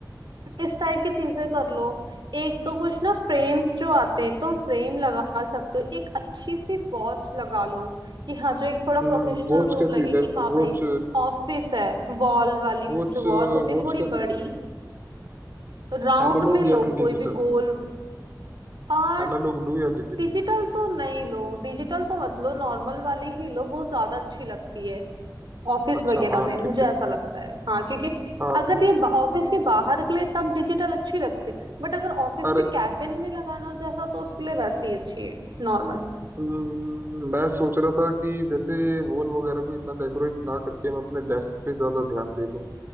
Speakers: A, on the right (about 85°); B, on the right (about 30°).
A: इस टाइप की चीजें कर लो एक तो कुछ ना फ्रेम्स जो आते हैं तुम फ्रेम लगा सकते हो एक अच्छी सी वॉच लगा लो कि हाँ जो एक थोड़ा
B: हम्म
A: प्रोफेशनल
B: वॉच
A: रूम
B: कैसी
A: लगे
B: वॉच
A: कि हाँ भाई ऑफिस है वॉल वाली
B: वॉच
A: जो वॉच होती है
B: वॉच
A: थोड़ी
B: कैसी
A: बड़ी राउंड
B: एनालॉग
A: में लो
B: या फिर
A: कोई
B: डिजिटल
A: भी गोल और
B: एनालॉग लूं या डिजिटल
A: डिजिटल तो नहीं लो डिजिटल तो मत लो नॉर्मल वाली ही लो वो ज्यादा अच्छी लगती है ऑफिस
B: अच्छा
A: वगैरह
B: हाँ
A: में मुझे
B: ठीक है
A: ऐसा लगता है हाँ क्योंकि
B: हाँ
A: अगर
B: ठीक
A: ये ऑफिस के बाहर के लिए तब डिजिटल अच्छी लगती है बट अगर ऑफिस
B: अरे
A: में कैबिन में लगाना जैसा तो उसके लिए वैसी ही अच्छी है नॉर्मल
B: हम्म, मैं सोच रहा था कि जैसे वॉल वगैरह को इतना डेकोरेट ना करके मैं अपने डेस्क पे ज्यादा ध्यान दे लूं